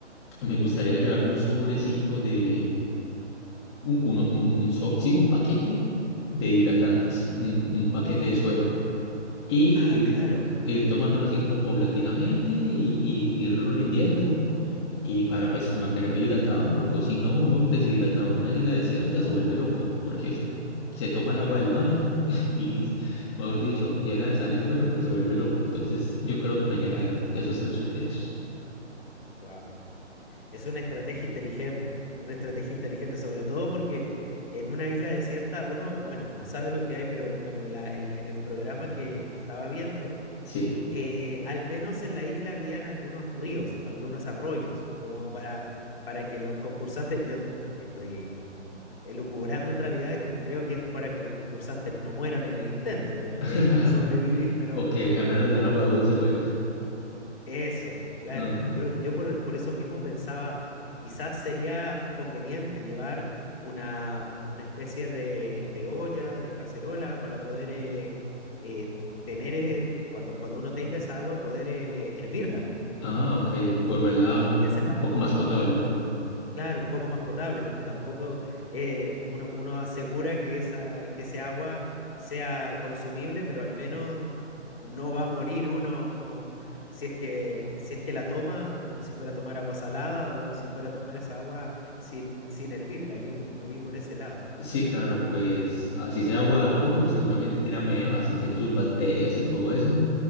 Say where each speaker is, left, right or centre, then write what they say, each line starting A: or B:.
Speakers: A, on the left; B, on the left.
A: me gustaría llevarme un sobrecito de, un, uno- un, un so- sí, un paquete de hidratantes, un, un paquete de suero. Y,
B: Ah,
A: ir
B: claro,
A: ir tomándolo así como paulatinamente y, y irlo rindiendo Y para pues mantenerme hidratado, porque si no, uno deshidratado en una isla desierta se vuelve loco, porque <laughs> es- se toma
B: claro,
A: el agua del mar <laughs> y, mejor dicho, llena de sal el cuerpo y se vuelve loco. Entonces yo creo que me hallaría
B: claro.
A: esos tres sujetos.
B: Wow. Es una estrategia inteligente, una estrategia inteligente, sobre todo porque en una isla desierta uno, bueno, no sabe lo que hay, pero bueno, en, la, el- en el programa que, que estaba viendo,
A: Sí.
B: eh, al menos en la isla habían algunos ríos, algunos arroyos, como para, para que los concursantes, yo estoy elucubrando en realidad que creo que es para que los concursantes no mueran en el intento, digamos,
A: <laughs>
B: de, de sobrevivir, pero,
A: Ok, al menos les dan
B: pero
A: agua dulce, pues.
B: eso, claro.
A: Ajá.
B: Yo, yo por, por eso mismo pensaba, quizás sería conveniente llevar una, una especie de, de olla, de cacerola, para poder eh, eh, tener, eh, cuando, cuando uno tenga esa agua, poder eh, hervirla
A: Ah, ok. Volverla un,
B: y hacerla
A: un poco más potable.
B: Claro, un poco más potable, porque tampoco eh, uno, uno asegura que esa, que ese agua sea consumible, pero al menos no va a morir uno o, si es que, si es que la toma como si fuera a tomar agua salada o si fuera a tomar esa agua sin, sin hervirla. Yo lo vi por ese lado.
A: Sí, claro, pues así sea agua de arroyo, seguramente tiene amebas y tiene sus bacterias y todo eso.